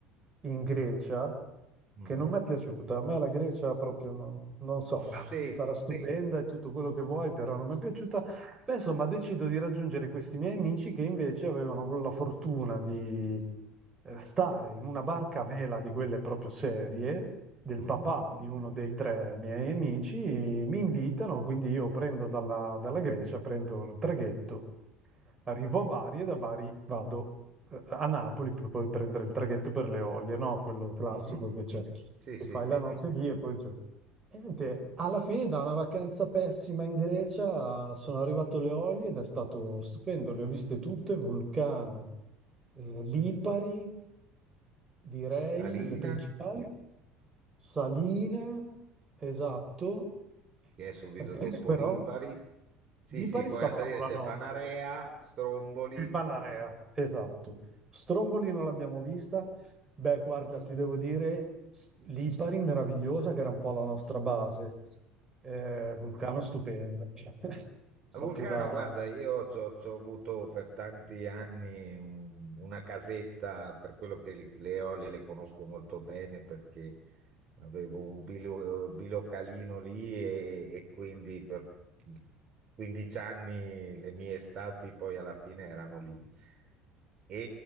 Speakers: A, on the right; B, on the right.
A: in Grecia,
B: mm,
A: che non mi è piaciuta. A me la Grecia proprio non, non so,
B: sì,
A: <laughs> sarà Sì. stupenda e tutto quello che vuoi, però non mi è piaciuta. Beh, insomma, decido di raggiungere questi miei amici che invece avevano la fortuna di eh, stare in una barca a vela di quelle proprio serie, del
B: mm,
A: papà di uno dei tre miei amici, e mi invitano, quindi io prendo dalla, dalla Grecia, prendo il traghetto, arrivo a Bari e da Bari vado eh, a Napoli per poi prendere il traghetto per le Olie, no? Quello classico
B: mhm,
A: che c'è,
B: sì,
A: che
B: sì,
A: fai la
B: sì.
A: notte lì e poi il e niente, alla fine da una vacanza pessima in Grecia sono arrivato alle Eolie ed è stato stupendo, le ho viste tutte, Vulcano, eh, Lipari, direi
B: Salina,
A: le principali, Saline, esatto,
B: che è subito
A: praticamente
B: dopo
A: però
B: Lipari. Sì,
A: Lipari
B: sì, poi
A: stavamo
B: a salire
A: la
B: c'è
A: notte.
B: Panarea, Stromboli,
A: Il Panarea, esatto. Stromboli non l'abbiamo vista. Beh, guarda, ti devo dire, l'Ipari meravigliosa, che era un po' la nostra base. Eh, Vulcano stupendo, cioè, <laughs> proprio
B: A Vulcano,
A: da...
B: guarda, io ci ho c'ho avuto per tanti anni un- una casetta, per quello che le le olie le conosco molto bene perché avevo un bilo- bilocalino lì e, e quindi per 15 anni le mie estati poi alla fine erano lì. E